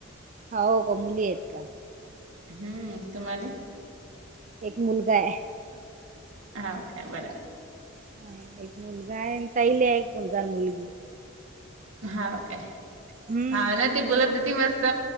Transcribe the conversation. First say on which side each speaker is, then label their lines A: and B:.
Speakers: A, on the right (about 35°); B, on the right (about 80°).
A: हा हो का मुली आहेत का.
B: हम्म तुम्हाले.
A: एक मुलगा हाय.
B: हांव का बरं हाय.
A: आहे एक मुलगा आहे ताईला ये एक मुलगा आणि मुलगी.
B: हांव काय
A: हम्म
B: हांव ना ती बोलत होती मस्त. त